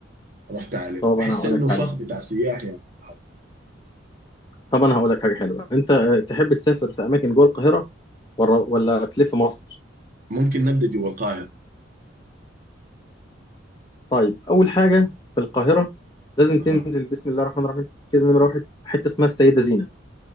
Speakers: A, on the right; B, on the left.
A: رحت عليه
B: طب
A: بحس
B: انا هقول
A: انه
B: لك
A: فخ
B: حاجه
A: بتاع سياح يا مان الهرم.
B: طب انا هقول لك حاجه حلوه انت اه، تحب تسافر في اماكن جوه القاهره ولا ولا تلف مصر
A: ممكن نبدا جوا القاهرة
B: طيب اول حاجه في القاهره لازم
A: اها
B: تنزل بسم الله الرحمن الرحيم كده نمره واحد حته اسمها السيده زينب